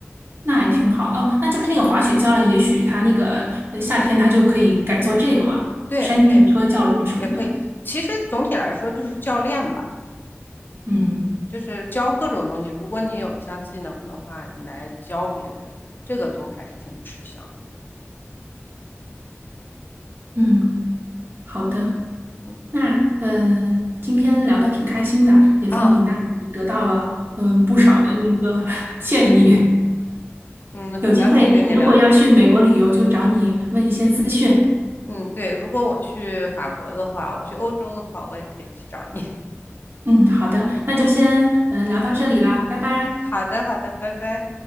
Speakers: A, on the right (about 50°); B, on the left (about 45°).
A: 那还挺好哦，那就是那个滑雪教练，也许他那个呃夏天他就可以改做这个嘛，
B: 对对，
A: 山地车教练什么的，
B: 也可以。其实总体来说就是教练吧，
A: 嗯
B: 就是教各种东西。如果你有一项技能的话，你来教别人，这个都还是挺吃香的。
A: 嗯，好的。
B: 嗯。
A: 那嗯，呃今天聊得挺开心的，也从你那里得到了嗯不少的那个
B: 啊。
A: <laughs> 建议。
B: 嗯，
A: 有机会如果要去美国旅游，
B: 很高兴跟你聊天。
A: 就找你问一些资讯。
B: 嗯，对，如果我去法国的话，我去欧洲的话，我也可以去找你。<laughs>
A: 嗯，好的，那就先嗯聊到这里啦，
B: 嗯，
A: 拜拜。
B: 好的，好的，拜拜。